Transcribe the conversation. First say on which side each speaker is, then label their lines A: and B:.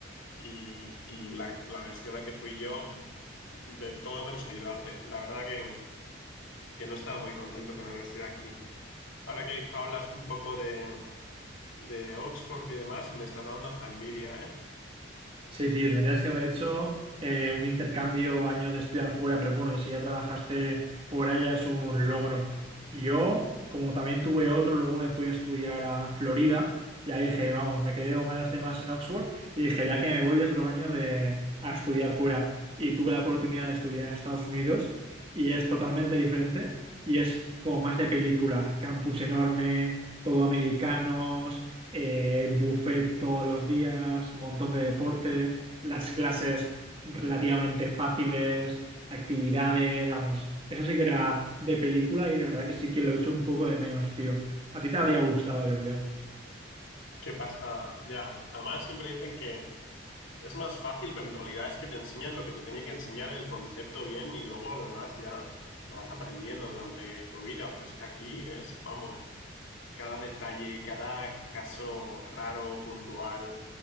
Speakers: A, on the left; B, on the right.
A: y, y la, la universidad a la que fui yo, de todo menos ayudarte. La verdad que que no estaba muy contento con la universidad aquí. Ahora que hablas un poco de, de Oxford y demás, me estás dando hasta envidia, ¿eh?
B: Sí, tío, tendrías que haber hecho eh, un intercambio año de estudiar fuera, pero bueno, y si ya trabajaste fuera ya es un logro. Yo, como también tuve otro, luego me fui a estudiar a Florida y ahí dije, vamos, me quedé con ganas de más en Oxford y dije, ya que me voy otro año de, a estudiar fuera. Y tuve la oportunidad de estudiar en Estados Unidos y es totalmente diferente y es como más de película, campus enorme, todo americanos eh, buffet todos los días, montón de deporte, las clases relativamente fáciles, actividades, vamos, eso sí que era de película y de verdad que sí que lo he hecho un poco de menos, tío. A ti te habría gustado, yo creo.
A: ¿Qué pasa? Ya, además siempre dicen que es más fácil, pero en realidad es que te enseñan lo que te tienen que enseñar, el concepto bien, y luego lo demás ya lo vas aprendiendo durante tu vida, pero es que aquí es, vamos, cada detalle, cada caso raro, puntual.